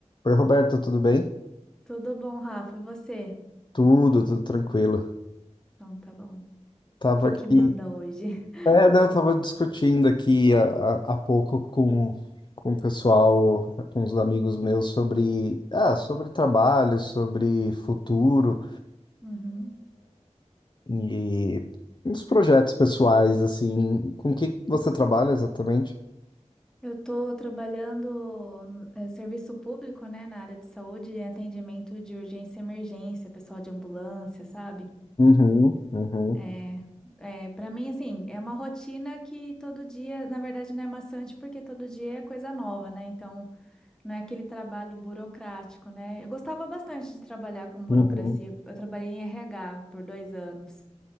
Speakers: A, on the left; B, in the centre.
A: Oi, Roberto, tudo bem?
B: Tudo bom, Rafa? E você?
A: Tudo, tudo tranquilo.
B: Então, tá bom.
A: Tava
B: O que
A: aqui.
B: que manda hoje? <laughs>
A: É, não, tava discutindo aqui há, há há pouco com, com o pessoal, com os amigos meus, sobre, ah, sobre trabalho, sobre futuro
B: Uhum.
A: e uns projetos pessoais, assim. Com o que você trabalha exatamente?
B: Eu tô trabalhando no eh, serviço público, né, na área de saúde, em atendimento de urgência e emergência, pessoal de ambulância, sabe?
A: Uhum, uhum,
B: É, é, para mim, assim, é uma rotina que todo dia, na verdade, não é maçante porque todo dia é coisa nova, né? Então, não é aquele trabalho burocrático, né? Eu gostava bastante de trabalhar com burocracia.
A: uhum.
B: Eu trabalhei em RH por dois anos.